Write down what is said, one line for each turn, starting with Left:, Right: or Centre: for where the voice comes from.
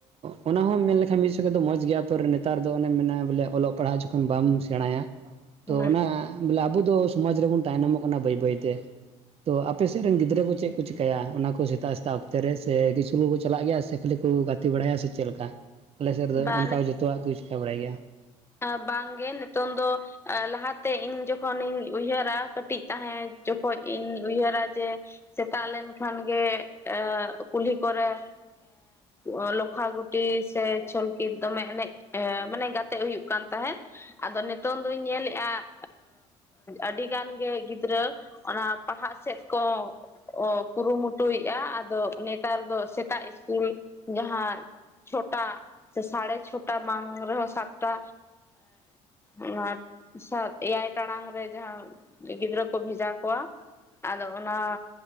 Right: ᱚᱱᱟ ᱦᱚᱸ ᱢᱮᱱ ᱢᱮᱱᱠᱷᱟᱱ ᱫᱚ ᱢᱚᱸᱡᱽ ᱜᱮᱭᱟ, ᱯᱚᱨ ᱱᱮᱛᱟᱨ ᱫᱚ ᱚᱱᱮᱢ ᱢᱮᱱᱟ ᱵᱚᱞᱮ ᱚᱞᱚᱜ ᱯᱟᱲᱦᱟᱜ ᱡᱚᱠᱷᱚᱱ ᱵᱟᱢ ᱥᱮᱬᱟᱭᱟ
Left: ᱦᱮᱸ
Right: ᱛᱚ ᱚᱱᱟ ᱵᱚᱞᱮ ᱟᱵᱚ ᱫᱚ ᱥᱚᱢᱟᱡᱽ ᱨᱮᱵᱚᱱ ᱛᱟᱭᱱᱚᱢᱚᱜ ᱠᱟᱱᱟ ᱵᱟᱹᱭ ᱵᱟᱹᱭᱛᱮ, ᱛᱚ ᱟᱯᱮ ᱥᱮᱫ ᱨᱮᱱ ᱜᱤᱫᱽᱨᱟᱹ ᱠᱚ ᱪᱮᱫ ᱠᱚ ᱪᱤ ᱪᱤᱠᱟᱹᱭᱟ, ᱚᱱᱟ ᱠᱚ ᱥᱮᱛᱟᱜ ᱥᱮᱛᱟᱜ ᱚᱠᱛᱮ ᱨᱮ ᱥᱮ ᱥᱠᱩᱞ ᱠᱚ ᱪᱟᱞᱟᱜ ᱜᱮᱭᱟ ᱥᱮ ᱠᱷᱟᱹᱞᱤ ᱠᱚ ᱜᱟᱛᱮ ᱵᱟᱲᱟᱭᱟ ᱥᱮ ᱪᱮᱫ ᱞᱮᱠᱟ? ᱟᱞᱮᱥᱮᱫ ᱨᱮᱫᱚ
Left: ᱵᱟ
Right: ᱚᱱᱠᱟ ᱡᱚᱛᱚᱣᱟᱜ ᱠᱚ ᱪᱤᱠᱟᱹ ᱵᱟᱲᱟᱭ ᱜᱮᱭᱟ ᱾
Left: ᱵᱟᱝ ᱜᱮ ᱱᱤᱛᱚᱝ ᱫᱚ ᱞᱟᱦᱟᱛᱮ ᱤᱧ ᱡᱚᱠᱷᱚᱱᱤᱧ ᱩᱭᱦᱟᱹᱨᱟ ᱠᱟᱹᱴᱤᱡ ᱛᱟᱦᱮᱸ ᱡᱚᱠᱷᱚᱡ ᱤᱧ ᱩᱭᱦᱟᱹᱨᱟ ᱡᱮ ᱥᱮᱛᱟᱜ ᱞᱮᱱᱠᱷᱟᱱ ᱜᱮ ᱠᱩᱞᱦᱤ ᱠᱚᱨᱮ ᱚ ᱞᱚᱠᱷᱷᱟ ᱜᱩᱴᱤ ᱥᱮ ᱠᱤ ᱫᱚᱢᱮ ᱮᱱᱮᱡ ᱢᱟᱱᱮ ᱜᱟᱛᱮᱜ ᱦᱩᱭᱩᱜ ᱠᱟᱱ ᱛᱟᱦᱮᱸᱫ, ᱟᱫᱚ ᱱᱤᱛᱚᱝ ᱫᱩᱧ ᱧᱮᱞᱮᱫᱼᱟ ᱟᱹᱰᱤ ᱜᱟᱱ ᱜᱮ ᱜᱤᱫᱽᱨᱟᱹ ᱚᱱᱟ ᱯᱟᱲᱦᱟᱜ ᱥᱮᱫ ᱠᱚ ᱚ ᱠᱩᱨᱩ ᱢᱩᱴᱩᱭᱮᱫᱼᱟ᱾ ᱟᱫᱚ ᱱᱮᱛᱟᱨ ᱫᱚ ᱥᱮᱛᱟᱜ ᱥᱠᱩᱞ ᱡᱟᱦᱟᱸ ᱪᱷᱚᱴᱟ ᱥᱮ ᱥᱟᱲᱮ ᱪᱷᱚᱴᱟ ᱵᱟᱝ ᱨᱮᱦᱚᱸ ᱥᱟᱛᱴᱟ ᱚᱱᱟ ᱮᱭᱟᱭ ᱴᱟᱲᱟᱝ ᱨᱮ ᱡᱟᱦᱟᱸ ᱜᱤᱫᱽᱨᱟᱹ ᱠᱚ ᱵᱷᱮᱡᱟ ᱠᱚᱣᱟ ᱾ ᱟᱫᱚ ᱚᱱᱟ